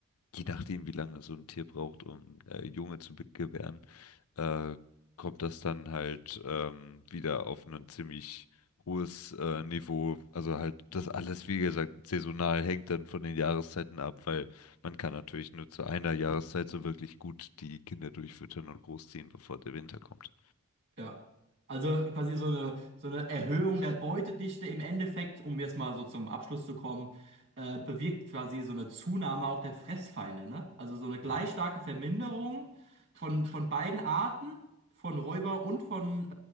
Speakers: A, on the left; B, on the right.
A: je nachdem, wie lange so ein Tier braucht, um äh, Junge zu be- gebären, äh, kommt das dann halt ähm, wieder auf ein ziemlich hohes äh, Niveau. Also halt das alles, wie gesagt, saisonal hängt dann von den Jahreszeiten ab, weil man kann natürlich nur zu einer Jahreszeit so wirklich gut die Kinder durchfüttern und großziehen, bevor der Winter kommt.
B: Ja. Also quasi so eine, so eine Erhöhung der Beutedichte im Endeffekt, um jetzt mal so zum Abschluss zu kommen, äh, bewirkt quasi so eine Zunahme auch der Fressfeinde, ne? Also so eine gleich
A: Mhm.
B: starke Verminderung von, von beiden Arten, von Räuber und von äh,